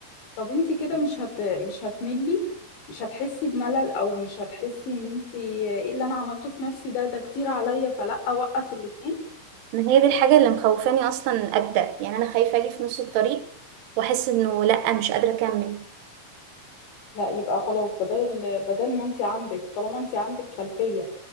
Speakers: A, on the left; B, on the right.
A: طب انت كده مش هت مش هتملي مش هتحسي بملل او مش هتحسي ان انت آه، ايه اللي انا عملته في نفسي ده ده كتير عليا فلا اوقف الاتنين
B: ما هي دي الحاجه اللي مخوفاني اصلا ابدا يعني انا خايفه اجي في نص الطريق واحس انه لا مش قادره اكمل
A: لا يبقى خلاص بدل ال- بدل ما انت عندك طالما انت عندك خلفية